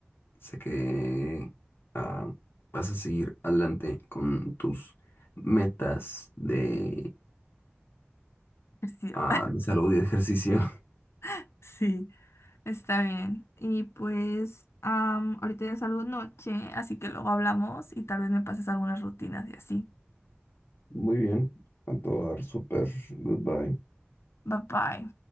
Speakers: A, on the left; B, on the left.
A: sé que ah, vas a seguir adelante con tus metas de,
B: Ejercicio.
A: ah, de salud y de ejercicio.
B: <laughs> Sí. Está bien. Y pues am, ahorita ya salgo noche, así que luego hablamos y tal vez me pases algunas rutinas y así.
A: <laughs> Muy bien, a todo dar, súper, goodbye.
B: Bye bye.